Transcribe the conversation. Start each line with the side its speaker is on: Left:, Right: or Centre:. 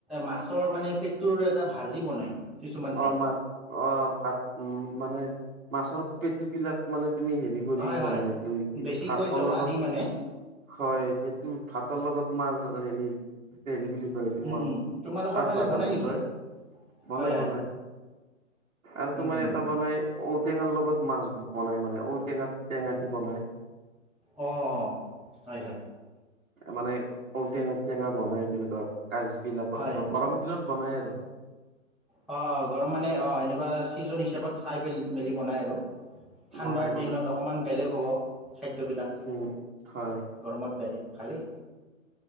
Centre: মাছৰ মানে পেটুৰ এটা ভাজি বনাই কিছুমান ঠাইত
Right: অ' মা অ, ভাত উ মানে মাছৰ পেটু বিলাক মানে তুমি হেৰি কৰি
Centre: হয়, হয়।
Right: বনাই ভাতৰ
Centre: বেছিকৈ জ্বলা
Right: লগত
Centre: দি মানে
Right: হয়, সেইটো ভাতৰ লগত মাৰ হেৰি হেৰি বুলি কয়
Centre: উম,
Right: মই
Centre: উম, তোমালোকৰ
Right: ভাত
Centre: ফালে
Right: ভাজা
Centre: বনাই
Right: বুলি
Centre: নেকি?
Right: কয় বনাই
Centre: হয়, হয়,
Right: বনাই আৰু
Centre: উম,
Right: তোমাৰ
Centre: উম,
Right: এটা বনাই ঔটেঙাৰ লগত মাছ বনাই মান ঔটেঙাত টেঙা দি বনাই।
Centre: অ, অ অ হয়, হয়।
Right: মানে ঔটেঙা টেঙা বনাই তেনেকুৱা কাচ বিলাকত
Centre: হয়।
Right: ধৰ গৰম দিনত বনাই আৰু
Centre: অ, অ, গৰম মানে অ, এনেকুৱা চিজন হিচাপত চাই মেলি মেলি বনাই আৰু ঠাণ্ডাৰ
Right: বনাই বনাই
Centre: দিনত অকমান বেলেগ হ'ব খাদ্যবিলাক।
Right: উম হয়
Centre: গৰমত বেলেগ ভালেই